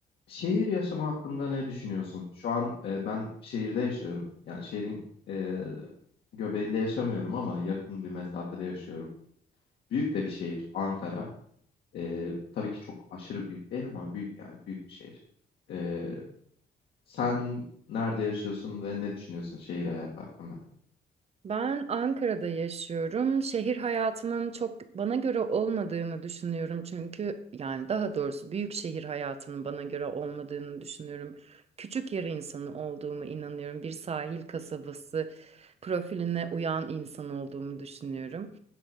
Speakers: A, on the left; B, on the right.
A: Şehir yaşamı hakkında ne düşünüyorsun? Şu an e, ben şehirde yaşıyorum. Yani şehrin e, göbeğinde yaşamıyorum ama yakın bir mesafede yaşıyorum. Büyük de bir şehir, Ankara. E, tabii ki çok aşırı büyük değil ama büyük yani büyük bir şehir. E, sen nerede yaşıyorsun ve ne düşünüyorsun şehir hayatı hakkında?
B: Ben Ankara'da yaşıyorum. Şehir hayatının çok bana göre olmadığını düşünüyorum. Çünkü yani daha doğrusu büyük şehir hayatının bana göre olmadığını düşünüyorum. Küçük yer insanı olduğumu inanıyorum. Bir sahil kasabası profiline uyan insan olduğumu düşünüyorum.